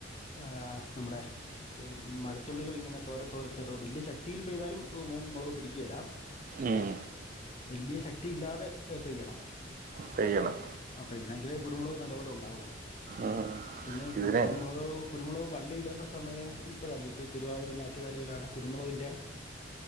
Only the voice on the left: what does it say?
അ നമ്മുടെ മഴത്തുള്ളികൾ ഇങ്ങനെ തോര തോരെ ചെറുത് ബല്യ ശക്തിയിൽ പെയ്താലും ഉം മുളക് പിടിക്കേല്ല
വല്ല്യ ശക്തി ഇല്ലാതെ പെയ്യണം
അപേയ്ണങ്കിലെ ഗുരുമുള നല്ലപോലെ ഉണ്ടാവുള്ളൂ
പിന്നെ
കുരുമുളക് കുരുമുളക് വള്ളി ഇടേണ്ട സമയം ഇപ്പഴാണ് ഈ തിരുവാതിര ഞ റ്റ വലയിലാണ് കുരുമുളകന്റെ